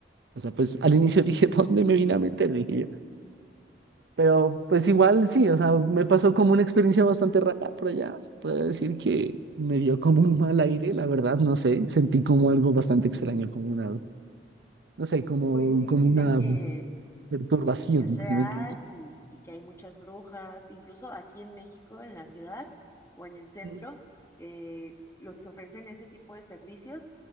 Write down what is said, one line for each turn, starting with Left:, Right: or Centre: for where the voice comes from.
Right: o sea, pues al inicio dije, <laughs> ¿dónde me vine a meter? Dije yo, pero pues igual sí, o sea, me pasó como una experiencia bastante rara por allá, se puede decir que me dio como un mal aire, la verdad, no sé, sentí como algo bastante extraño, como una no sé, como,
Left: Pues sí,
Right: como
Left: dicen
Right: una
Left: que,
Right: perturbación,
Left: que sí es real
Right: ¿sí me entiendes?
Left: y, y que hay muchas brujas. Incluso aquí en México, en la ciudad o en el centro,
Right: Sí.
Left: eh, los que ofrecen ese tipo de servicios